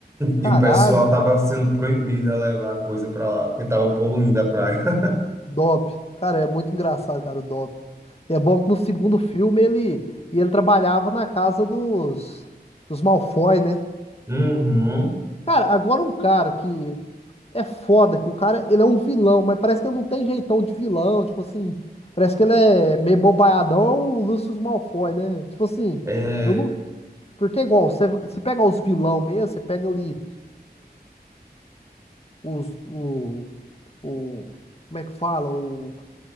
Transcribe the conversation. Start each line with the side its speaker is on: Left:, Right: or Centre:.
Left: Caralho,
Right: E o pessoal
Left: cara.
Right: tava sendo proibido a levar coisa pra lá, porque tava poluindo a praia. <laughs>
Left: Dob. Cara, é muito engraçado, cara, o Dob. É bom que no segundo filme ele, e ele trabalhava na casa dos, dos Malfoy, né?
Right: Uhum.
Left: Cara, agora um cara que é foda, que o cara, ele é um vilão, mas parece que ele não tem jeitão de vilão, tipo assim, parece que ele é meio bobaiadão, é o Lucius Malfoy, né? Tipo assim,
Right: É,
Left: eu não, porque é igual, você, você pega os vilão mesmo, você pega ali os, o, o, como é que fala? O,